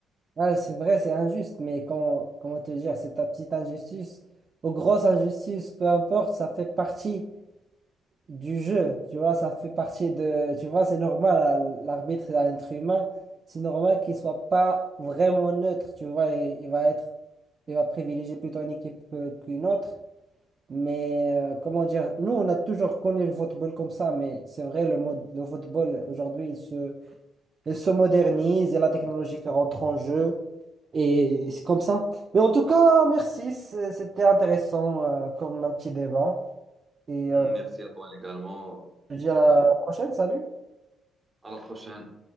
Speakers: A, on the right (about 40°); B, on the right (about 20°).
A: Ouais, c'est vrai, c'est injuste, mais comment, comment te dire, c'est ta petite injustice ou grosse injustice, peu importe, ça fait partie du jeu. Tu vois, ça fait partie de. Tu vois, c'est normal, à- l'arbitre est un être humain. C'est normal qu'il soit pas vraiment neutre. Tu vois, il, il va être. Il va privilégier plutôt une équipe que- qu'une autre. Mais euh, comment dire, nous, on a toujours connu le football comme ça. Mais c'est vrai, le, mode, le football, aujourd'hui, il se, il se modernise. Il y a la technologie qui rentre en jeu. Et c'est comme ça. Mais en tout cas, merci. c'est- C'était intéressant euh, comme un petit débat. Et
B: Merci
A: euh,
B: à toi également.
A: je te dis
B: Si...
A: à la prochaine. Salut.
B: À la prochaine.